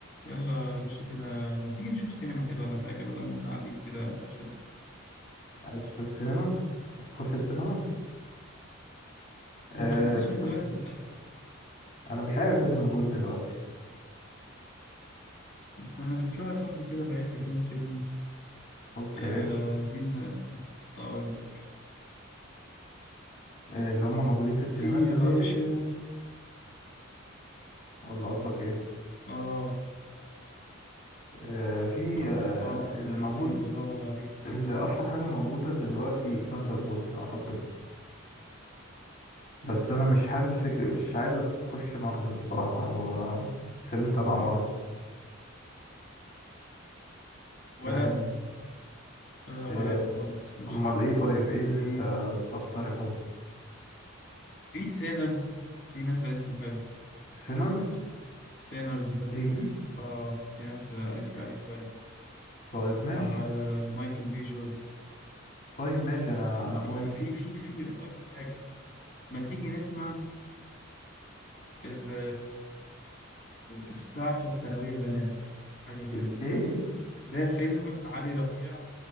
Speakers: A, on the left; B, on the left.
A: يلا يا باشا كده ما تيجي نشوف سينما كده ولا حاجة بدل ما احنا قاعدين كده مفخدين
B: عايز تشوف سينما عايز تخش السينما آه
A: ما دخلتش
B: استنى.
A: من زمان صدقني
B: انا مش عارف ايه اللي موجود دلوقتي
A: بس أنا كان في واحد صاحبي كده بعت لي كام فيلم
B: اوكي
A: آه عايزين استنى أقول لك
B: آه اللي هم موجودين في السينمات
A: في يا
B: دلوقتي
A: باشا
B: ولا قصدك ايه
A: آه
B: آه في
A: آه
B: آه
A: آه، ما أنا
B: اللي موجود
A: عيب بدور عليهم كده
B: اللي اشهر حاجه موجوده دلوقتي ثاندر بولز اعتقد بس انا مش حابب فكر مش عايزه تخش مارفل الصراحه هو فيلم تبع
A: آه
B: مارفل
A: ولا
B: فاهم
A: أنا لا لا
B: آه
A: ولا أنا خالص مش
B: امال
A: حابب
B: ايه طيب ايه اللي
A: في
B: انت تقترحه
A: في سينرز في ناس قالت لي حلو
B: سينرز
A: سينرز ده في
B: تيجي
A: ناس آه في ناس قالت لي عليه كويس
B: طيب ماشي
A: بتاع آه، مايكل بي جوردن
B: طيب ماشي انا
A: وفي
B: انا موافق
A: في في في هقول لك حاجة ما تيجي نسمع ال- السعفة الثانوية بنات حاجة كده
B: ايه ايه
A: ده فيلم علي ربيع